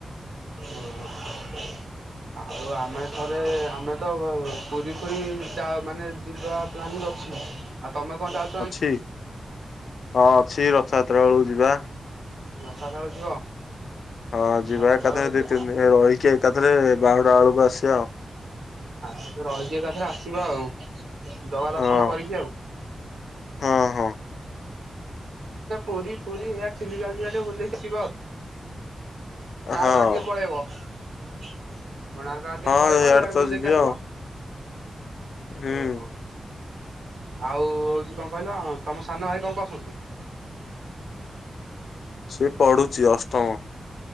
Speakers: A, on the right; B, on the left.
A: ହୁ। ଆଉ ଆମେ ଥରେ ଆମେ ତ ପୁରୀ ଫୁରି ଯ ମାନେ ଯିବା ପ୍ଲାନିଂ ଅଛି ଆଉ ତମେ କଣ ଯାଉ
B: ଅଛି ହଁ ଅଛି ରଥଯାତ୍ରା ବେଳକୁ ଯିବା।
A: ରଥ ଯାତ୍ରା କୁ ଯିବ?
B: ହଁ ଯିବା
A: ରଥ
B: ଏକାଥରେ
A: ଥାଳକୁ
B: ଦି ତିନି ଦିନ ରହିକି ଏକାଥରେ ବାହୁଡ଼ା ବେଳକୁ ଆସିବା ଆଉ।
A: ଆ ରହିକି ଏକାଥରେ ଆସିବା ଆଉ ଜଗା ଦର୍ଶନ
B: ଆଉ।
A: କରିକି ଆଉ।
B: ହଁ ହଁ।
A: ପୁରୀ ପୁରୀଇଆ ଚିଲିକାକା ଟେ ବୁଲି ଦେଇକି ଆସିବା ଆଉ। କୋ
B: ହଁ ହଁ
A: କାର୍ଡ ଟିକେ ପଳେଇବ କୋଣାକ ଆଡ଼େ
B: ହଁ
A: ଟିକେ ପଳେଇବ
B: ଇଆଡେ
A: ସଇଆଡେ
B: ତ
A: ବୁଲି
B: ଯିବି
A: ଦେଇକି ଆସିବ।
B: ଆଉ ହୁଁ।
A: ଓହୋ। ଆଉ କଣ କହିଲ ତମ ସାନ ଭାଇ କଣ କରଛନ୍ତି?
B: ସେ ପଢୁଛି ଅଷ୍ଟମ।